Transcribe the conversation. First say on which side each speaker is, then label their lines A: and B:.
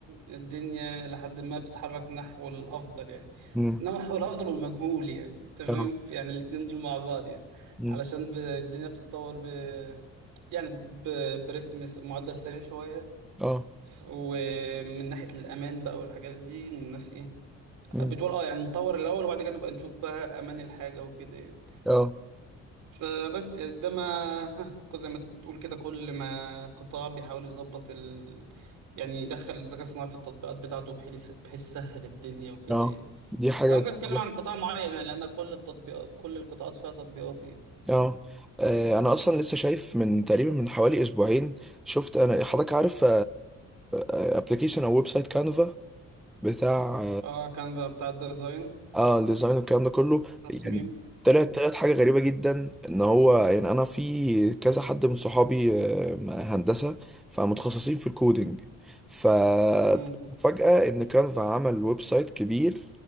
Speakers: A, on the right (about 85°); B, in the centre.
A: الدنيا لحد ما بتتحرك نحو الأفضل يعني
B: امم
A: نحو الأفضل والمجهول يعني أنت فاهم
B: اه
A: يعني الاتنين دول مع بعض يعني
B: امم
A: علشان ب- الدنيا بتتطور ب يعني ب- برتم س- معدل سريع شوية
B: اه
A: ومن ناحية الأمان بقى والحاجات دي الناس إيه
B: امم
A: بتقول أه يعني نطور الأول وبعد كده نبقى نشوف بقى أمان الحاجة وكده يعني
B: اه
A: فبس يعني ده ما <laughs> زي ما تقول كده كل ما قطاع بيحاول يظبط ال... يعني يدخل الذكاء الصناعي في التطبيقات بتاعته بحيث بحيث سهل الدنيا وكده
B: اه
A: يعني
B: دي حاجه
A: أنا ممكن
B: دي
A: أتكلم
B: حاجه
A: عن قطاع معين يعني لأن كل التطبيقات كل القطاعات فيها تطبيقات يعني
B: اه آه، انا اصلا لسه شايف من تقريبا من حوالي اسبوعين شفت انا حضرتك عارف ابلكيشن او ويب سايت كانفا بتاع
A: أه كان بقى بتاع الديزاين
B: اه الديزاين والكلام ده كله
A: تصميم
B: يعني طلعت
A: مم.
B: طلعت حاجه غريبه جدا ان هو يعني انا في كذا حد من صحابي آه، هندسه فمتخصصين في الكودينج ففجاه
A: مم.
B: ان كانفا عمل ويب سايت كبير